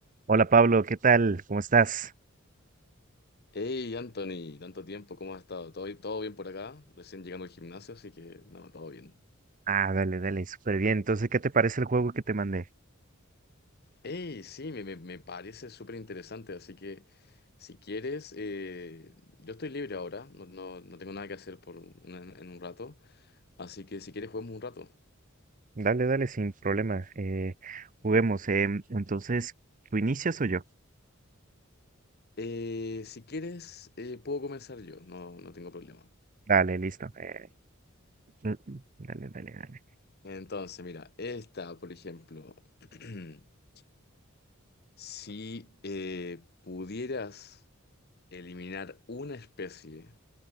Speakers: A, on the right (about 40°); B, on the left (about 50°).
A: Hola Pablo, ¿qué tal? ¿Cómo estás?
B: Hey Anthony, tanto tiempo, ¿cómo has estado? ¿Todo, bi- todo bien por acá? Recién llegando al gimnasio, así que no, todo bien.
A: Ah, dale, dale, súper bien. Entonces, ¿qué te parece el juego que te mandé?
B: Hey, sí, me, me- me parece súper interesante, así que si quieres, eh, yo estoy libre ahora, no, no- no tengo nada que hacer por un- en, en un rato, así que si quieres juguemos un rato.
A: Dale, dale, sin problema. Eh, juguemos. em, entonces, ¿tú inicias o yo?
B: Eh, si quieres, eh, puedo comenzar yo, no, no tengo problema.
A: Dale, listo. eh, mm, mm, dale, dale, dale.
B: Entonces, mira, esta, por ejemplo, <clears throat> si eh, pudieras eliminar una especie,